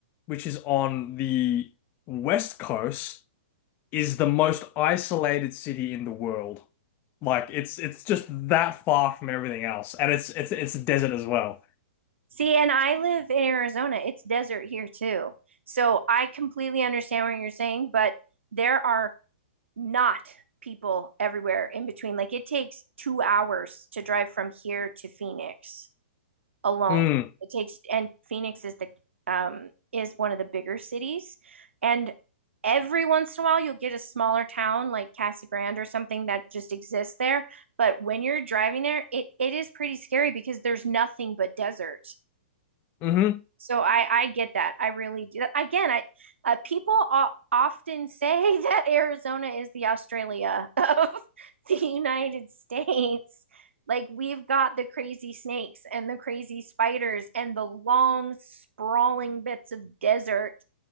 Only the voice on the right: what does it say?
See, and I live in Arizona. It's desert here too. So I completely understand what you're saying, but there are not people everywhere in between. Like it takes two hours to drive from here to Phoenix. alone.
It takes and Phoenix is the um is one of the bigger cities and every once in a while you'll get a smaller town like Casa Grande or something that just exists there, but when you're driving there, it it is pretty scary because there's nothing but desert.
So I I get that. I really do. Again, I uh, people o- often say <laughs> that Arizona is the Australia of <laughs> the United States. Like we've got the crazy snakes and the crazy spiders and the long sprawling bits of desert.